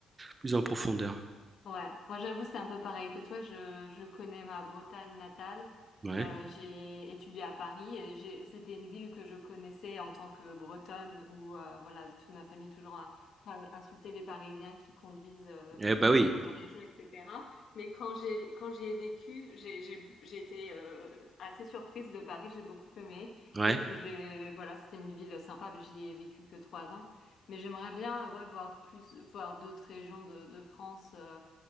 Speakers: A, on the right; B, on the left.
A: plus en profondeur.
B: Ouais, moi j'avoue c'est un peu pareil que toi, je, je connais ma Bretagne natale,
A: Ouais.
B: Euh, j'ai étudié à Paris et j'ai, c'était une ville que je connaissais en tant que Bretonne où euh, voilà, toute ma famille toujours a, a insulté les Parisiens qui conduisent euh,
A: Eh bah oui.
B: dans leur région, etc. Mais quand j'ai quand j'y ai vécu, j'ai j'ai j'ai été euh, assez surprise de Paris, j'ai beaucoup aimé
A: Ouais.
B: et puis j'ai voilà, c'était une ville sympa, mais j'y ai vécu que trois ans, mais j'aimerais bien euh, ouais, voir plus voir d'autres régions de, de France. euh,